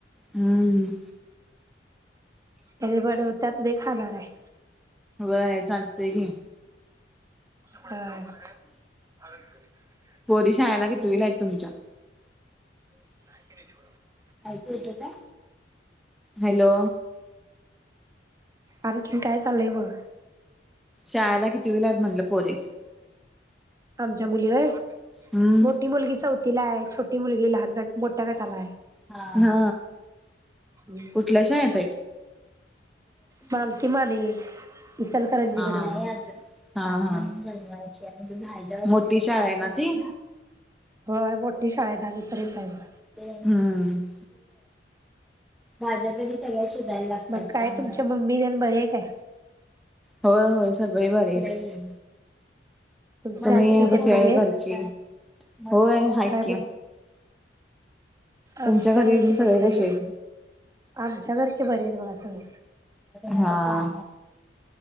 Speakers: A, in the centre; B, on the right (about 20°).
A: हम्म.
B: ह्यांनी बनवतात मी खाणार आहं.
A: होय चालतंय की.
B: होय <unintelligible>
A: पोरी शाळेला कितीवीला आहेत तुमच्या?
B: <unintelligible>
A: एकू यतेय काय हॅलो,
B: आणखीन काय चाललंय बघा.
A: शाळेला कितीवी आहेत म्हणलं पोरी?
B: आमच्या मुली होय
A: हम्म
B: मोठी मुलगी चौथीला आहे. छोटी मुलगी लहान गट मोठ्या गटाला आहे.
A: हा.
B: ह्
A: कुठल्या शाळेत आहेत
B: चालतंय म आणि, इचलकरंजी
A: हा
B: मध्ये.
A: हा हा मोठी शाळा आहे ना ती?
B: होय मोठी शाळा आहं दहावी पर्यंत आहं बघा.
A: हम्म. माझ्या तरी सगळ्या शिजायला लागत्यात
B: मग काय
A: काम.
B: तुमच्या मम्मी तेन बरी हाय काय?
A: होय होय सगळी बरी आहीत.
B: तुमची
A: तुम्ही
B: आत्ती तेन
A: कसे
B: बरी
A: हाय
B: आहे.
A: घरची? होय आहेत
B: काय
A: की.
B: बी
A: तुमच्या
B: आमच्या
A: घरी
B: घरचे
A: बी
B: पण
A: सगळे
B: बरे
A: कसे आहित.
B: आमच्या घरचे बरे आहेत बघा सगळे.
A: हा.